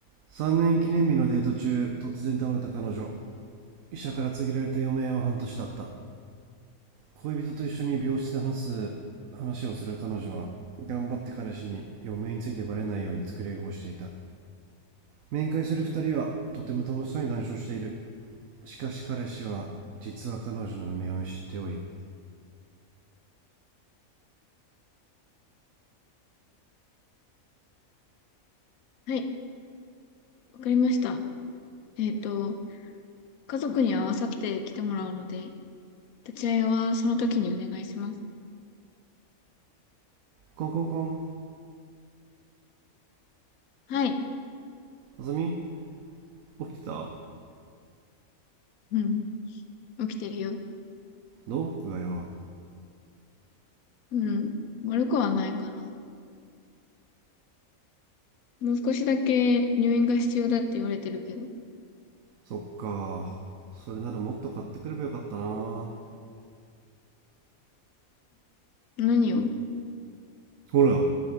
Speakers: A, on the right; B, on the left.
A: 3年記念日のデート中突然倒れた彼女医者から告げられた余命は半年だった恋人と一緒に病室で話す話をする彼女は頑張って彼氏に余命についてバレないように作り笑顔をしていた面会する二人はとても楽しそうに談笑しているしかし彼氏は実は彼女の余命を知っており
B: はい、わかりました。えっと、家族に合わさって来てもらうので、立ち会いはその時にお願いします。
A: コンコンコン
B: はい。
A: あさみ起きてた
B: うん、うん起きてるよ。
A: どう具合は
B: うん、悪くはないかな。もう少しだけ入院が必要だって言われてるけど。ん、
A: そっかそれならもっと買ってくればよかったなほ
B: 何を
A: ら